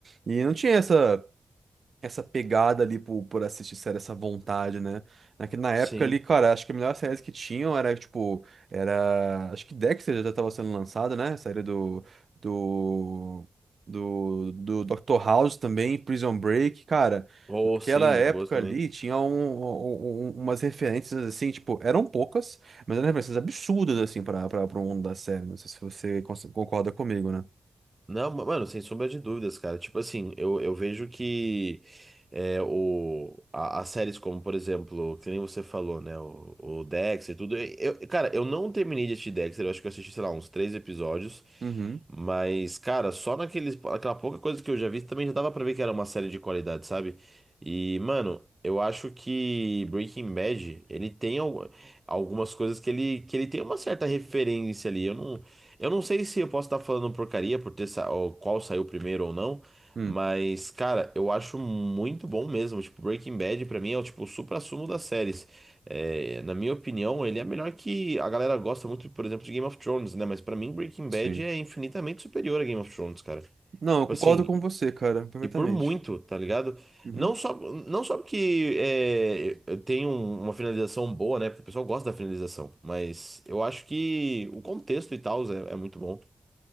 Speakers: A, on the right (about 60°); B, on the right (about 20°).
A: E não tinha essa. essa pegada ali por, por assistir série, essa vontade, né? Naque- Na
B: Sim.
A: época ali, cara, acho que a melhor série que tinham era, tipo, era. Acho que Dexter já tava sendo lançada, né? A série do, do, do, do Dr. House também, Prison Break, cara.
B: Oh,
A: Naquela
B: sim, muito
A: época
B: boas também.
A: ali tinha um, um- um- umas referências assim, tipo, eram poucas, mas eram referências absurdas, assim, para para o mundo da série. Não sei se você cons- concorda comigo, né?
B: Não, ma- mano, sem sombra de dúvidas, cara. Tipo assim, eu, eu vejo que é, o, a- as séries como, por exemplo, que nem você falou, né? O, o Dexter e tudo. Eu, cara, eu não terminei de assistir Dexter, eu acho que eu assisti, sei lá, uns três episódios.
A: Uhum.
B: Mas, cara, só naqueles, aquela pouca coisa que eu já vi também já dava pra ver que era uma série de qualidade, sabe? E, mano, eu acho que Breaking Bad, ele tem algu- algumas coisas que ele, que ele tem uma certa referência ali. Eu não, eu não sei se eu posso estar falando porcaria por ter sa- ou qual saiu primeiro ou não,
A: Hum,
B: mas, cara, eu acho muito bom mesmo. Tipo, Breaking Bad pra mim é o tipo, o suprassumo das séries. É, na minha opinião, ele é melhor que a galera gosta muito, por exemplo, de Game of Thrones, né? Mas pra mim, Breaking
A: sim.
B: Bad é infinitamente superior a Game of Thrones, cara.
A: Não,
B: Tipo
A: eu concordo
B: assim,
A: com
B: e
A: você, cara, perfeitamente.
B: e por muito, tá ligado?
A: Uhum.
B: Não só, não só porque é, tem um- uma finalização boa, né? Porque o pessoal gosta da finalização, mas eu acho que o contexto e tal é é muito bom.